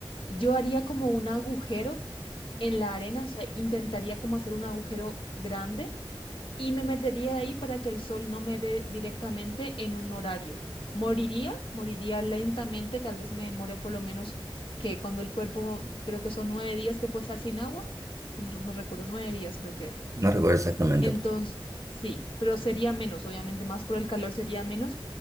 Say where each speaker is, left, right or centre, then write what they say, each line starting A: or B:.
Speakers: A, on the left; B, on the right.
A: Yo haría como un agujero en la arena, o sea, intentaría como hacer un agujero grande y me metería ahí para que el sol no me dé directamente en un horario. Moriría, moriría lentamente, tal vez me demore por lo menos que cuando el cuerpo, creo que son nueve días que puede estar sin agua, no, me- no recuerdo, nueve días creo que era.
B: No recuerdo exactamente.
A: Entonces, sí, pero sería menos, obviamente más por el calor sería menos,